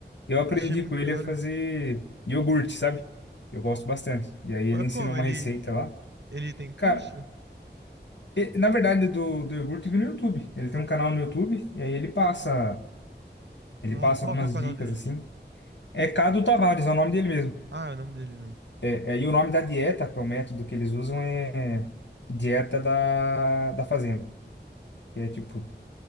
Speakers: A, on the left; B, on the right.
A: Eu aprendi
B: Achei muito
A: com ele
B: da
A: a
B: hora.
A: fazer iogurte, sabe? Eu gosto bastante. E aí
B: Mas
A: ele ensina
B: como?
A: uma
B: Ele,
A: receita lá.
B: ele tem curso?
A: Cara, e- na verdade do, do iogurte eu vi no YouTube. Ele tem um canal no YouTube e aí ele passa, ele
B: Ah,
A: passa
B: qual
A: algumas
B: que é o canal
A: dicas
B: dele?
A: assim. É Cado Tavares, é o nome dele mesmo.
B: Ah, é o nome dele mesmo.
A: É, e o nome da dieta, que é o método que eles usam, é dieta da, da fazenda. Que é tipo,